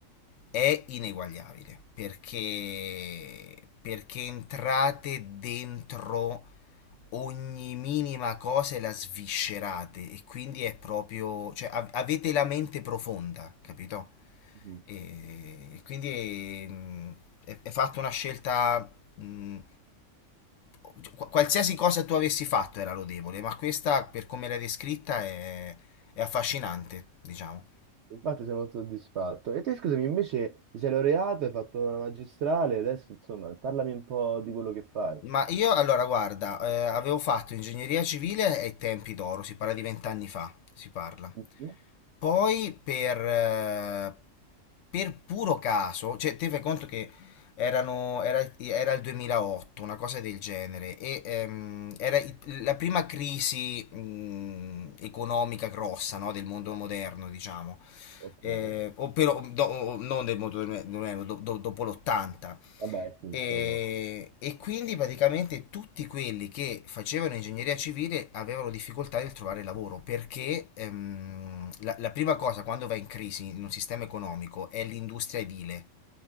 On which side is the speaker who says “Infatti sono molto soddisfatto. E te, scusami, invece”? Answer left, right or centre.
Right